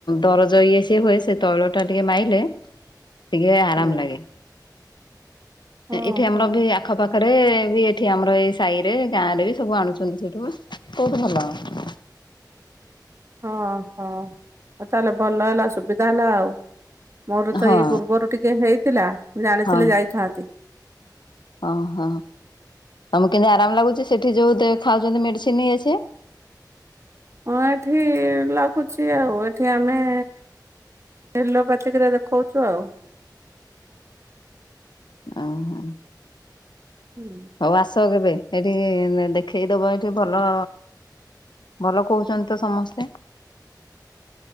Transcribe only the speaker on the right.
ହୁଁ।
ଓହୋ
ହଁ
ହଁ ହଁ ତାହେଲେ ଭଲ ହେଲା ସୁବିଧା ହେଲା ଆଉ। ମୋର ତ
ଏଇ ପୂର୍ବରୁ ଟିକେ ହେଇଥିଲା ମୁଁ ଜାଣିଥିଲି
ଯାଇଥାନ୍ତି।
ହଁ ଏଠି ଲାଗୁଛି ଆଉ ଏଠି ଆମେ ଏଲୋପାଥିକରେ ଦେଖାଉଛୁ ଆଉ।
ହୁଁ